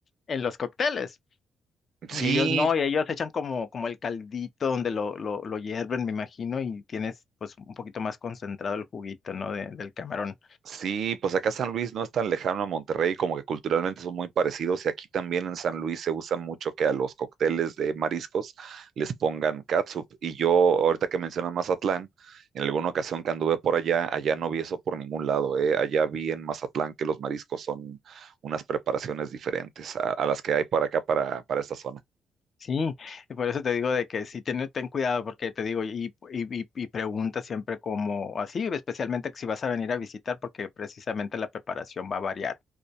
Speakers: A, on the left; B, on the right.
A: en los cócteles.
B: Sí,
A: Y ellos no, y ellos echan como, como el caldito donde lo, lo, lo hierven, me imagino, y tienes pues un poquito más concentrado el juguito, ¿no? de- del camarón.
B: Sí, pues acá San Luis no es tan lejano a Monterrey, como que culturalmente son muy parecidos y aquí también en San Luis se usa mucho que a los cócteles de mariscos les pongan catsup. Y yo, ahorita que mencionas Mazatlán, en alguna ocasión que anduve por allá, allá no vi eso por ningún lado, ¿eh? Allá vi en Mazatlán que los mariscos son unas preparaciones diferentes a, a las que hay por acá para, para esta zona.
A: Sí, y por eso te digo de que sí, ten, ten cuidado, porque te digo, y, y, y, y pregunta siempre como así, especialmente que si vas a venir a visitar, porque precisamente la preparación va a variar.